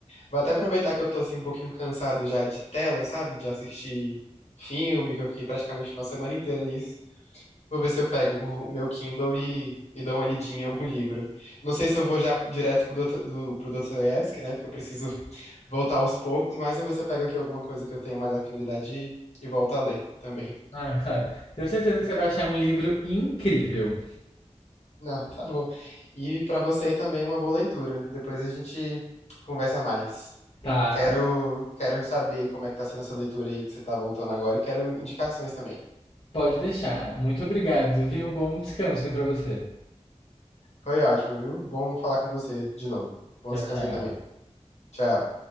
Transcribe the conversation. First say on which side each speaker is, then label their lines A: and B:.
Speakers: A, on the left (about 70°); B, on the left (about 50°).
A: Vou até aproveitar que eu tô assim um pouquinho cansado já de tela, sabe? De assistir filme, que eu fiquei praticamente uma semana inteira nisso. Vou ver se eu pego o meu Kindle e, e dou uma lidinha em algum livro. Não sei se eu vou já direto pro Doutor, do, pro Dostoiévski, né? Porque eu preciso <laughs> voltar aos poucos, mas vou ver se eu pego aqui alguma coisa que eu tenho mais afinidade e, e volto a ler <laughs> também.
B: Ah, claro. Tenho certeza que você vai achar um livro incrível.
A: Não, tá bom. E pra você também uma boa leitura. Depois a gente conversa mais.
B: Tá,
A: Quero, quero saber como é que tá sendo essa leitura aí que você tá voltando agora e quero indicações também.
B: pode deixar. Muito obrigado, viu? Bom descanso aí pra você.
A: Foi ótimo, viu? Bom falar com você de novo. Bom
B: Tchau,
A: descanso
B: tchau.
A: aí também. Tchau.